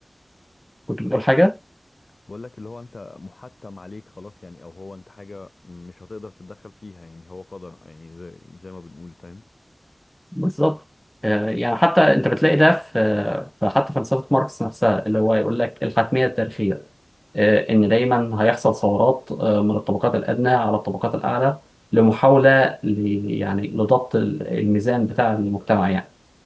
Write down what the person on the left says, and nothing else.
بقول لك اللي هو انت محتم عليك خلاص يعني او هو انت حاجه مش هتقدر تتدخل فيها يعني هو قدر يعني زي, زي ما بنقول فاهم